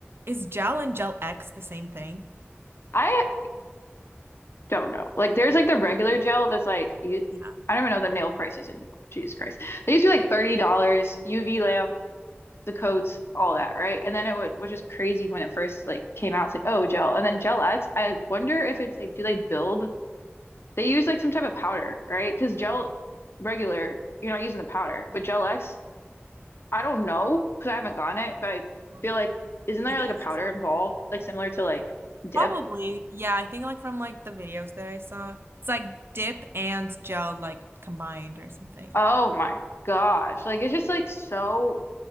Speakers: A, on the right; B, on the left.
A: is gel and gel X the same thing?
B: I don't know. Like there's like the regular gel that's like you
A: Yeah.
B: I don't even know the nail prices anymore. Jesus Christ. They used to be like $30 UV lamp the coats, all that, right? And then it w was just crazy when it first like came out. It's like, oh, gel. And then Gel X, I wonder if it's like, do they build? They use like some type of powder, right? Because gel regular, you're not using the powder, but Gel X, I don't know because I haven't gotten it, but I
A: I don't
B: feel
A: know.
B: like isn't there
A: I think
B: like a
A: it's
B: powder involved, like similar to like dip?
A: probably, yeah, I think like from like the videos that I saw, it's like dip and gel like combined or something.
B: Oh my gosh, like it's just like so.